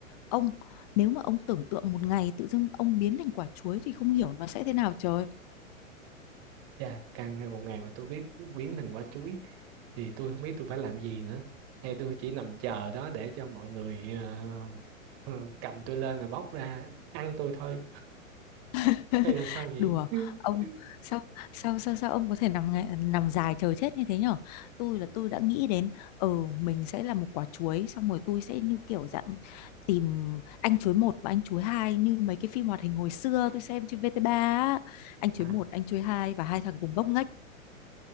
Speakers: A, on the left; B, on the right.
A: Ông nếu mà ông tưởng tượng một ngày tự dưng ông biến thành quả chuối thì không hiểu nó sẽ thế nào trời.
B: Dạ, càng hay một ngày mà tôi biết biến thành quả chuối thì tôi không biết tôi phải làm gì nữa. Hay tôi chỉ nằm chờ đó để cho mọi người ờ, ờ, cầm tôi lên là bóc ra ăn tôi thôi.
A: <laughs>
B: Hay là sao vậy?
A: đùa
B: <laughs>
A: ông sao sao sao sao ông có thể nằm ngay- nằm dài chờ chết như thế nhở tôi là tôi đã nghĩ đến ừ mình sẽ là một quả chuối xong rồi tôi sẽ như kiểu dạng tìm anh chuối một và anh chuối hai như mấy cái phim hoạt hình hồi xưa tôi xem trên VTV á anh chuối
B: À,
A: một anh chuối hai và hai thằng cùng ngốc nghếch